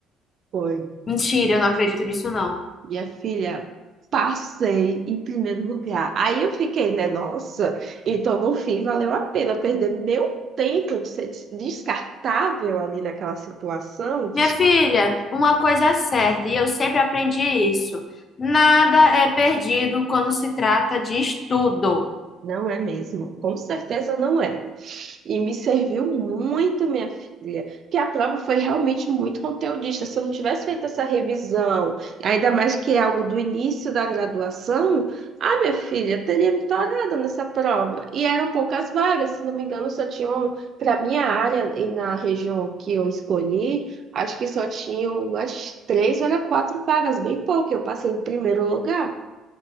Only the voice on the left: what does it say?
Mentira, eu não acredito nisso, não.
Minha filha, uma coisa é certa, e eu sempre aprendi isso. Nada é perdido quando se trata de estudo.